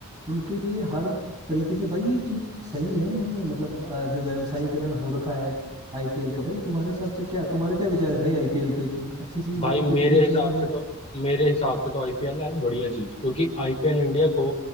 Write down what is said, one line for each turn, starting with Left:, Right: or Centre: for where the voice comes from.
Right: उनके लिए हर तरीके से भाई ये चीज सही है नहीं है मतलब अ, जो व्यवसायीकरण हो रखा है आईपीएल का भाई तुम्हारे हिसाब से क्या तुम्हारे क्या विचार है भाई आईपीएल पे कि अच्छी चीज
Left: भाई
Right: है कि
Left: मेरे
Right: बुरी चीज
Left: हिसाब
Right: है
Left: से तो मेरे हिसाब से तो आईपीएल है बढ़िया चीज क्योंकि आईपीएल इंडिया को